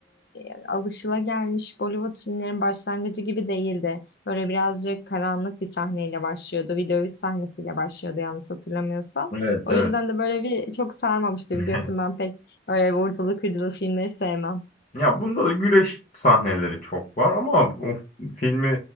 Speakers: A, on the left (about 60°); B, on the left (about 40°).
A: e, alışılagelmiş Bollywood filmlerin başlangıcı gibi değildi. Böyle birazcık karanlık bir sahneyle başlıyordu. Bir dövüş sahnesiyle başlıyordu yanlış hatırlamıyorsam.
B: Evet
A: O
B: evet.
A: yüzden de böyle bir çok sarmamıştı
B: <laughs>
A: biliyorsun ben pek öyle vurdulu kırdılı filmleri sevmem.
B: Ya bunda da güreş sahneleri çok var ama o filmi